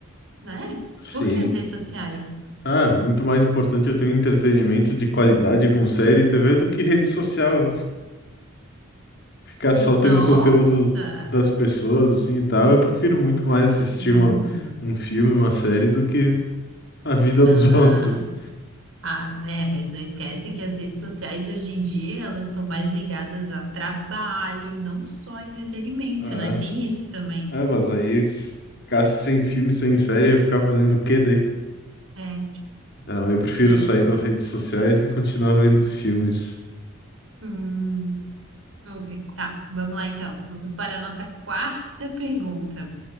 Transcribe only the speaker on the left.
Sim.
Ah, muito mais importante eu ter um entretenimento de qualidade com série e TV do que rede social. ficar só
tendo conteúdo das pessoas, assim e tal. Eu prefiro muito mais assistir
uma, um filme, uma série, do que a vida dos
<laughs> outros.
É,
é, mas aí se ficasse sem filme, sem série, ia ficar fazendo o quê daí?
Não, eu prefiro
sair das redes sociais e continuar vendo filmes.